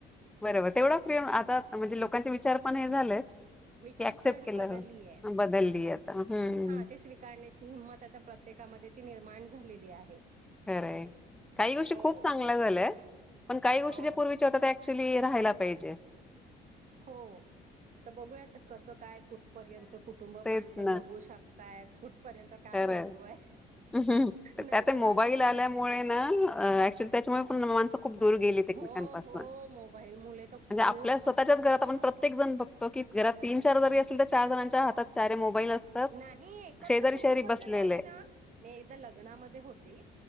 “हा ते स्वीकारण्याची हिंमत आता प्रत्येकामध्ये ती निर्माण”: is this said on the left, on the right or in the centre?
Right